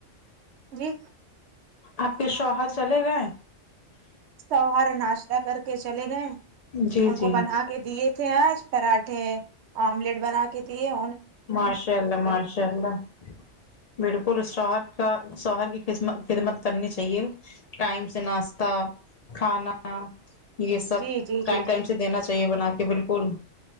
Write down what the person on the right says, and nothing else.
جی
شوہر ناشتہ کر کے چلے گئے
ان
کو بنا کے دیے تھے آج پراٹھے آملیٹ بنا کے کیتی ہے
جی جی
جی
جی